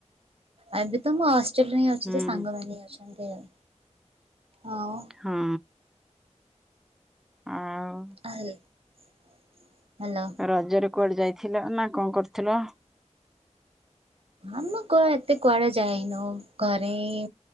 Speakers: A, on the right; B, in the centre.
A: ଏବେ ତ ମୁଁ ଅ ହଷ୍ଟେଲ୍ ରେ ହିଁ ଅଛି
B: ହୁଁ
A: ଯେ ସାଙ୍ଗମାନେ ଅଛନ୍ତି ଆଉ। ହଁ
B: ହଁ। ଆଉ
A: <unintelligible> ହଲୋ
B: ରଜରେ କୁଆଡେ ଯାଇଥିଲ ନା କଣ କରୁଥିଲ?
A: ଆମେ କୁଆ ଏତେ କୁଆଡେ ଯାଇନୁ ଘରେ ହିଁ